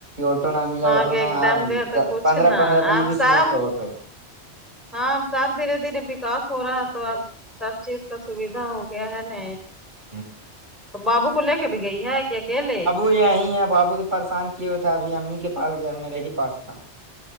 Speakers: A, on the right; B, in the centre.
A: آٹو نہ ملا
B: ہاں
A: آٹو
B: کہ ایک
A: نہا
B: دم
A: آپ
B: دے تو کچھ
A: پندرہ
B: نہ
A: پندرہ بیس
B: آپ
A: بیس
B: سب
A: منٹ پہ آٹو
B: ہاں سب دھیرے دھیرے وکاس ہو رہا ہے تو اب سب چیز کا سویدھا ہو گیا ہے نا
A: ہپ
B: تو بابو کو لے کے بھی گئی ہے کہ اکیلے
A: آیں آپ بابو تو پریشان کیے ہوئے تھ تھا ابھی امی کے پا گیا میرے ہی پس تھا